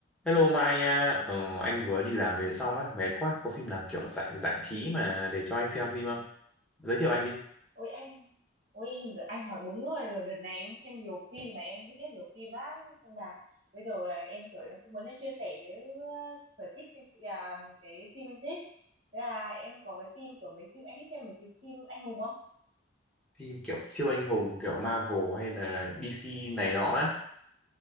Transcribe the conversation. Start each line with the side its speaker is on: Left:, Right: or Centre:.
Centre: Hello Mai nha, ờ, anh vừa đi làm về xong á, mệt quá, có phim nào kiểu giải giải trí mà để cho anh xem phim không? Giới thiệu anh đi,
Right: Ôi em Ôi em- anh hỏi đúng người rồi Đợt này em xem nhiều phim mà em biết nhiều phim lắm Nên là bây giờ là em kiểu em cũng muốn chia sẻ cái uh, sở thích em- à, Cái phim em thích Thế là em có cái phim kiểu mấy phim Anh thích xem mấy cái phim anh hùng không?
Centre: phim kiểu siêu anh hùng, kiểu Marvel hay là DC này nọ á.